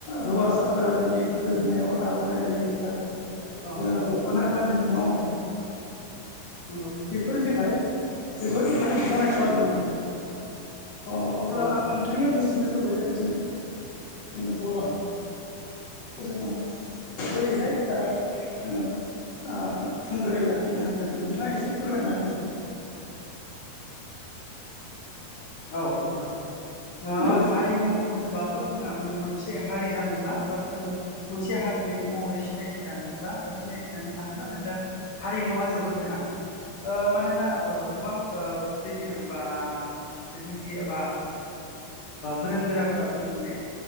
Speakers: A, on the left; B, on the left.
A: हौवासाफोरा दिनै गोदोनायाव आर'नाइ लायो आरो
B: औ
A: जों दख'ना गानो नङा होमबा?
B: नंगौ
A: बेफोरजोंहाय जोबोर माने गनायथाव आरो नोंथां। अ अब्ला
B: औ
A: आं नोंथांनियाव मिथिनो लुबैदों जों जोंनि बर' हारि <inaudible> जोङो बोरैहाय ओ जोङो ओ थोंगोरै लाखिनो हागोन नोंथाङा एसे फोरमायना होलाय?
B: औ नोंथां जोङो
A: औ
B: हारिमु होनोब्लाथ' खौ जोङो माने मोनसे हारि जानोब्ला बा जोङो मोनसे हारियै महरै सिनायथि जानोब्ला बा सिनायथिनानै थानोब्ला जोंनो हारिमुवा जोबोद गोनां ओ मानोना ओ गोबां ओ बिदि बा दैदेनगिरि एबा गोरों गोराफोरा बुंदोंदि